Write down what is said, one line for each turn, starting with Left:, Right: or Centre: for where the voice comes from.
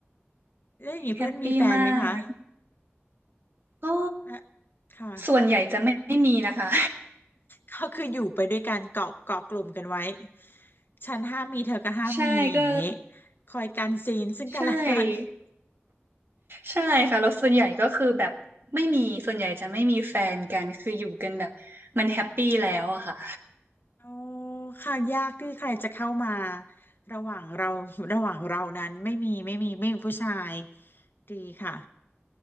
Left: แล้วอย่างนี้เพื่อนมีแฟนไหมคะ
Right: แฮปปี้มากก็
Left: และค่ะ
Right: ส่วนใหญ่จะไม่ไม่มีนะคะ
Left: ก็คืออยู่ไปด้วยกันเกาะเกาะกลุ่มกันไว้ฉันห้ามมีเธอก็ห้ามมีอย่างงี้
Right: <laughs> ใช่ก็
Left: คอยกันซีนซึ่งกันและกัน
Right: ใช่ ใช่ค่ะ แล้วส่วนใหญ่ก็คือแบบไม่มี ส่วนใหญ่จะไม่มีแฟนกัน คืออยู่กันแบบมันแฮปปี้แล้วอะค่ะ
Left: โอ้ค่ะยากที่ใครจะเข้ามาระหว่างเราระหว่างเรานั้นไม่มีไม่มีไม่มีผู้ชายดีค่ะ